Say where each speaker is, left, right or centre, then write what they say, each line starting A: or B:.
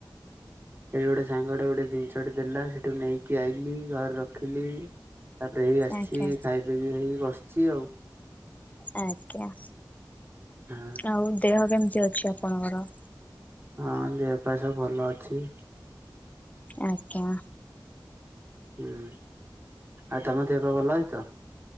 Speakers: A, on the right; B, on the left.
A: ଏଇ ଗୋଟେ ସାଙ୍ଗଟେ ଗୋଟେ ଜିନିଷଟେ ଦେଲା, ସେଠ ସେଠୁ ନେଇକି ଆଇଲିି ଘରେ ରଖିଲି। ତାପରେ, ହେଇ ଆସିଛି,
B: ଆଜ୍ଞା ଆଜ୍ଞା
A: ଖାଇ ପିଇକି ହେଇ ବସଛି ଆଉ
B: ଆଜ୍ଞା।
A: ହଁ
B: ଆଉ ଦେହ କେମିତି ଅଛି ଆପଣଙ୍କର?
A: ହଁ ଦେହ ପା ସବୁ ଭଲ ଅଛି।
B: ଆଜ୍ଞା।
A: ହୁଁ ଆଉ ତମ ଦେହ ପା ଭଲ ଅଛି ତ?